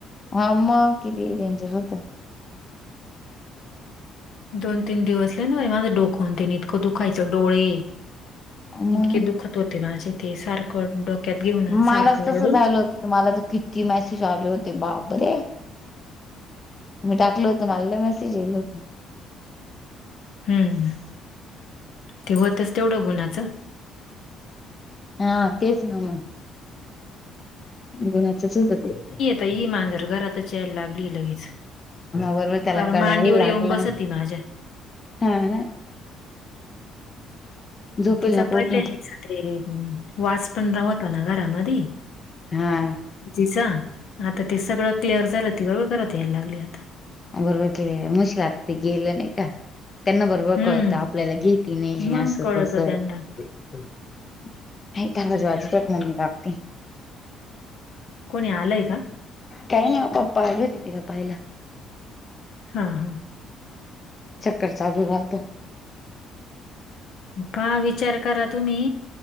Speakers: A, on the left; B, on the left.
A: हां मग किती डेंजर होतं.
B: दोन तीन दिवसले न माझं डोकन त्यांने इतकं दुखायचं डोळे
A: मग
B: इतके दुःखत होते माझे ते सारखं डोक्यात घेऊन. आणि
A: मला
B: सारखं
A: तसं
B: रडून
A: झालं होत मला तर किती मेसेज आले होते बापरे मी टाकलो होतं मलाल्ये मेसेज येत होते.
B: हम्म ते होतच तेवढं गुणाचं
A: हा तेच ना मग गु्णाचच होत ते मग
B: तर ही मांजर घरातच आला लागली लगेच
A: बरोबर त्याला
B: पार
A: कळायला
B: मांडीवर
A: लागलं
B: येऊन बसती माझ्या
A: हा... ना झोपेल
B: तिचां
A: नको
B: पडले
A: उठून
B: तिच ते.. वास पण धावतो घरामधी
A: हा
B: जिचा आता ते सगळं क्लिअर झालं ती बरोबर करत यायला लागली आता
A: बरोबर केल मुशकल आता ते गेलं नाही का? त्यांना बरोबर
B: हं.
A: कळतं आपल्याला घेती नाही
B: मग
A: असं
B: कळतं
A: तसं
B: त्यांना.
A: नाही त्याज वाजत मम्मी कापते
B: कोणी आलंय का?
A: काही नाही ओ पप्पा, आली होती तिला पाहायला.
B: हा हा
A: चक्कर चालू राहतं.
B: का विचार करा तुम्ही!